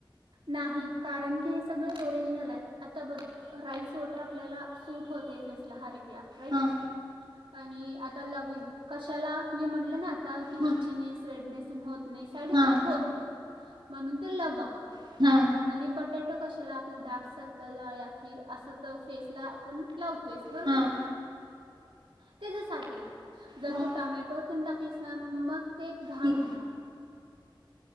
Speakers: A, on the right; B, on the right.
A: नाही कारण की हे सगळे ओरिजनल हायत. आता बघ राईस वॉटर आपल्याला सूट होते फेसला हर एकला. राईट
B: हां
A: आणि आता लिव्हिंग कशाला मी म्हणलं ना आता की
B: हां
A: इचीनेस स्प्रेडनेसन होत नाय साईड इफेक्ट
B: हां
A: होत नाय म्हणून ते लवंग.
B: हा.
A: आणि बटॅटो कशाला आपलं डार्क सर्कलला या फिर असं तर फेसला आपण लावतोयच. बरोबर?
B: हां
A: त्याज्यासाठी जर
B: हां
A: तू टमॅटो तेन टाकलीस मग ते घाण
B: ठीक
A: होणार.